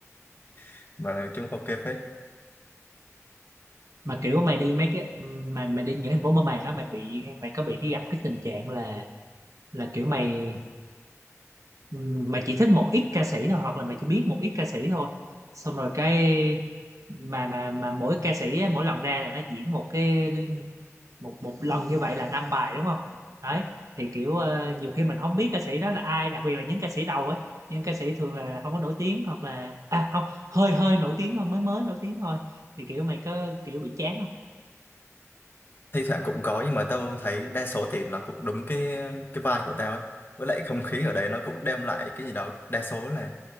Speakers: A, on the left; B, on the right.
A: <laughs> mà nói chung ok phết
B: mà kiểu mày đi mấy cái mà mày đi những thành phố mơ màng á mày bị mày có bị cái gặp cái tình trạng là là kiểu mày ừ, mày chỉ thích một ít ca sĩ thôi hoặc là mày chỉ biết một ít ca sĩ thôi xong rồi cái mà mà mà mỗi ca sĩ á, mỗi lần ra là nó diễn một cái một một lần như vậy là năm bài đúng không đấy thì kiểu ờ, nhiều khi mình không biết ca sĩ đó là ai đặc biệt là những ca sĩ đầu ấy những ca sĩ thường là không có nổi tiếng hoặc là à không hơi hơi nổi tiếng thôi mới mới nổi tiếng thôi thì kiểu mày có kiểu bị chán không
A: thi thoảng cũng có nhưng mà tao thấy đa số thì nó cũng đúng cái cái vibe của tao ấy với lại không khí ở đấy nó cũng đem lại cái gì đó đa số là